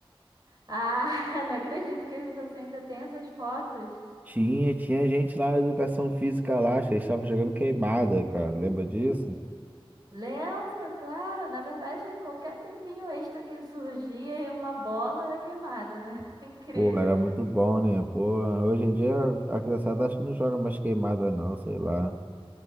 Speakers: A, on the right; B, on the right.
A: Ah, <laughs> não acredito que você ainda tem essas fotos.
B: Tinha, tinha gente lá na educação física lá, acho que estava jogando queimada, cara. Lembra disso?
A: Lembro, claro, na verdade, qualquer tempinho extra que surgia e uma bola era queimada, né? <laughs> Incrível.
B: Pô, era muito bom, né? Pô, hoje em dia a criançada acho que não joga mais queimada não, sei lá.